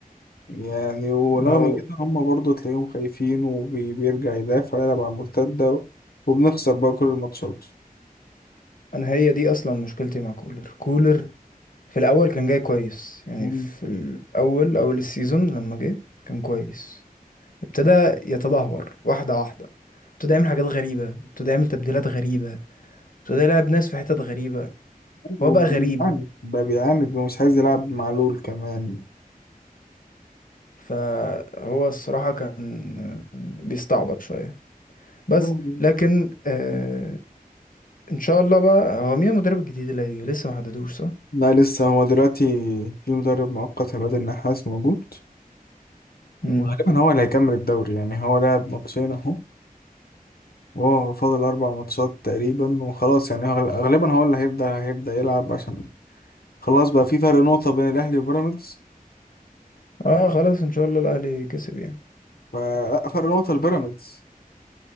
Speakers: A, on the left (about 80°); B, on the left (about 65°).
A: يعني ورغم
B: ما هو
A: كده هم برضو تلاقيهم خايفين وبيرجع يدافع يلعب على المرتدة وبنخسر بقى كل الماتشات
B: انا هي دي اصلا مشكلتي مع كولر كولر في الاول كان جاي كويس يعني
A: مم.
B: في الاول اول السيزون لما جه كان كويس ابتدى يتدهور واحدة واحدة ابتدى يعمل حاجات غريبة ابتدى يعمل تبديلات غريبة ابتدى يلعب ناس في حتت غريبة
A: أيوة،
B: هو بقى غريب
A: وبيعاند بقى بيعاند ومش عايز يلعب مع لول كمان
B: فهو الصراحة كان بيستعبط شوية بس
A: مم.
B: لكن آه ان شاء الله بقى هو مين المدرب الجديد اللي هيجي لسه ما حددوش صح؟
A: لا لسه هو دلوقتي في مدرب مؤقت عماد النحاس موجود
B: مم.
A: وغالبا هو اللي هيكمل الدوري يعني هو لعب ماتشين اهو وهو فاضل أربع ماتشات تقريبا وخلاص يعني هو غال- غالبا هو اللي هيبدأ هيبدأ يلعب عشان خلاص بقى في فرق نقطة بين الأهلي وبيراميدز
B: اه خلاص ان شاء الله الاهلي كسب يعني
A: ففرق نقطة لبيراميدز